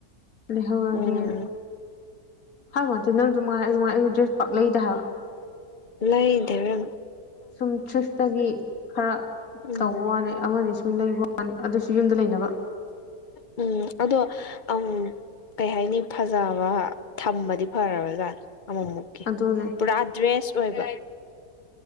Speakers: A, on the left (about 65°); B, on the left (about 40°).
A: ꯂꯩꯍꯧꯔꯒꯦ
B: ꯎꯝ
A: ꯍꯥꯏꯃꯗꯤꯦ ꯅꯪꯁꯨꯉꯥꯏꯉꯥꯏ ꯗ꯭ꯔꯦꯁ ꯄꯥꯛ ꯂꯩꯗ ꯍꯥꯏꯕ
B: ꯂꯩꯙꯔ
A: ꯁꯨꯝ ꯊ꯭ꯔꯤꯐꯇꯒꯤ ꯈꯔ
B: ꯎꯝ
A: ꯇꯧꯕ ꯋꯥꯅꯤ ꯑꯃꯅꯤ ꯁꯨꯝ ꯂꯩꯕ ꯃꯥꯅꯤ ꯑꯗꯨꯁꯨ ꯌꯨꯝꯗ ꯂꯩꯅꯕ
B: ꯎꯝ ꯑꯗꯣ ꯑ ꯀꯩ ꯍꯥꯏꯅꯤ ꯐꯖꯕ ꯊꯝꯕꯗꯤ ꯐꯔꯣꯏ ꯖꯥꯠ ꯑꯃꯃꯨꯛ ꯑꯣꯀꯦ
A: ꯑꯗꯨꯅꯦ
B: ꯄꯨꯔꯥ ꯗ꯭ꯔꯦꯁ ꯑꯣꯏꯕ